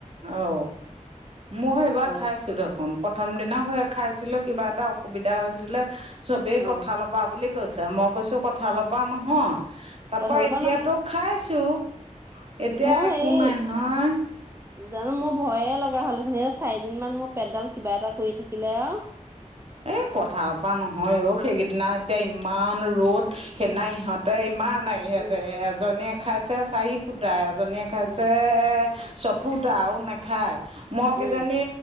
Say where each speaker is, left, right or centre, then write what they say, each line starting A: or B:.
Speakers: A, on the right; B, on the right.
A: অ মই এইবাৰ
B: ভয়
A: খাইছো দেখোন। প্ৰথম দিনা হে খাইছিলো কিবা এটা অসুবিধা হৈছিলে চবেই
B: অ
A: কঠাল প পা হোৱা বুলি কৈছে মই কৈছো কঠালৰ পৰা নহয়। তাপা
B: কঁঠালৰ
A: এতিয়াতো
B: পৰা নহয়
A: খাইছো এতিয়া
B: মই
A: একো
B: হেৰি
A: নাই নহয়।
B: জানো মোৰ ভয়ে লগা হ'ল দেখোন এই চাৰিদিনমান মোৰ পেটডাল কিবা এটা কৰি থাকিলে আৰু
A: এই কঠালৰ পৰা নহয় অ সেইকেইদিনা এতিয়া ইমান ৰ'দ সেইদিনা ইহঁত, তে ইমান ইহেঁতে
B: উম
A: এজনীয়ে খাইছে চাৰি ফুটা এজনীয়ে খাইছে
B: উম
A: চফুতা আৰু নেখায় মই কিজানি
B: উম